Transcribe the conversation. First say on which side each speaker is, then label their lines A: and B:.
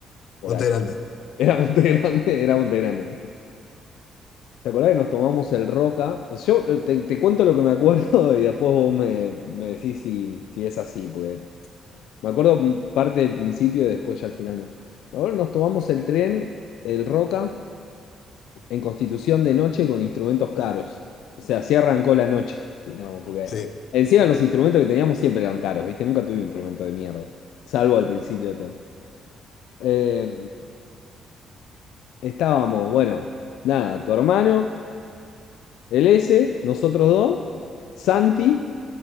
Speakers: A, on the left; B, on the left.
A: por
B: Monte
A: ahí. <laughs>
B: Grande.
A: Era Monte Grande, era Monte Grande, ¿no? ¿Te acordás que nos tomamos el Roca? O sea, yo eh, te, te cuento lo que me acuerdo <laughs> y después vos me, me decís si, si es así, porque me acuerdo m- parte del principio y después ya al final no. Ahora nos tomamos el tren, el Roca, en Constitución de noche con instrumentos caros. O sea, así arrancó la noche, digamos, porque
B: Sí,
A: encima los instrumentos que teníamos siempre eran caros, ¿viste? Nunca tuve un instrumento de mierda, salvo al principio de todo. Eh, estábamos, bueno, nada, tu hermano. El S, nosotros dos, Santi,